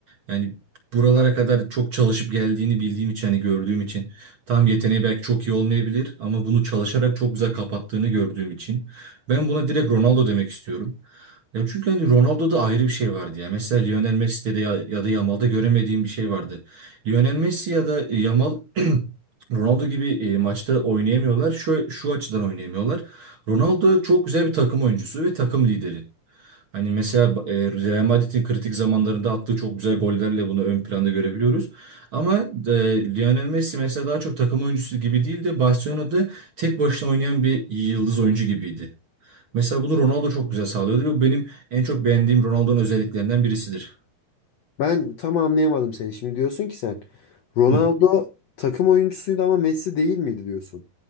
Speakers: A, on the right; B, on the left.
A: Yani buralara kadar çok çalışıp geldiğini bildiğim için hani gördüğüm için tam yeteneği belki çok iyi olmayabilir ama bunu çalışarak çok güzel kapattığını gördüğüm için ben buna direkt Ronaldo demek istiyorum. Ya çünkü hani Ronaldo'da ayrı bir şey vardı ya. Mesela Lionel Messi'de de ya, ya da Yamal'da göremediğim bir şey vardı. Lionel Messi ya da e, Yamal <clears throat> Ronaldo gibi e, maçta oynayamıyorlar. Şu, şu açıdan oynayamıyorlar. Ronaldo çok güzel bir takım oyuncusu ve takım lideri. Hani mesela e, Real Madrid'in kritik zamanlarında attığı çok güzel gollerle bunu ön planda görebiliyoruz. Ama e, Lionel Messi mesela daha çok takım oyuncusu gibi değil de Barcelona'da tek başına oynayan bir yıldız oyuncu gibiydi. Mesela bunu Ronaldo çok güzel sağlıyordu ve bu benim en çok beğendiğim Ronaldo'nun özelliklerinden birisidir.
B: Ben tam anlayamadım seni. Şimdi diyorsun ki sen Ronaldo
A: Hı
B: takım oyuncusuydu ama Messi değil miydi diyorsun.